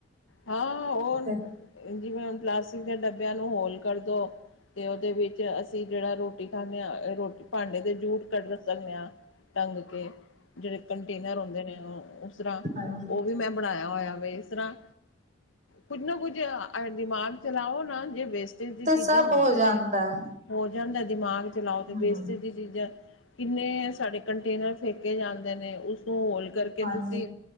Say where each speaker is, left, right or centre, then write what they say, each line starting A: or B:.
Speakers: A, on the left; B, on the right.
A: ਹਾਂ ਉਹ
B: ਤੇ
A: ਜਿਵੇਂ ਹੁਣ ਪਲਾਸਟਿਕ ਦੇ ਡੱਬਿਆਂ ਨੂੰ ਹੋਲ ਕਰਦੋ। ਤੇ ਉਹਦੇ ਵਿੱਚ ਅਸੀਂ ਜਿਹੜਾ ਰੋਟੀ ਖਾਂਦੇ ਹਾਂ ਰੋਟੀ ਭਾਂਡੇ ਦੇ ਜੂਟ ਕੱਢ ਸਕਦੇ ਹਾਂ। ਟੰਗ ਕੇ। ਜਿਹੜੇ ਕੰਟੇਨਰ ਹੁੰਦੇ ਨੇ ਉਹ ਉਸ ਤਰਾਂ,
B: ਹਾਂਜੀ-ਹਾਂਜੀ
A: ਉਹ ਵੀ ਮੈਂ ਬਣਾਇਆ ਹੋਇਆ ਵੈ, ਇਸ ਤਰਾਂ। ਕੁੱਝ ਨਾ ਕੁੱਝ ਦਿਮਾਗ ਚਲਾਓ ਨਾ, ਜੇ ਵੇਸਟਜ ਦੀ
B: ਤੇ
A: ਚੀਜ਼ਾਂ
B: ਸਭ ਹੋ
A: ਹੁੰਦੀਆਂ
B: ਜਾਂਦਾ
A: ਨੇ।
B: ਹੈ।
A: ਹੋ ਜਾਂਦਾ ਹੈ, ਦਿਮਾਗ ਚਲਾਓ ਤੇ
B: ਹੂੰ,
A: ਬੈਸਟ ਦੀਆਂ ਚੀਜ਼ਾਂ। ਕਿੰਨੇ ਸਾਡੇ ਕੰਟੇਨਰ ਫੇਕੇ ਜਾਂਦੇ ਨੇ, ਉਸਨੂੰ ਹੋਲ। ਕਰਕੇ
B: ਹਾਂਜੀ।
A: ਤੁਸੀਂ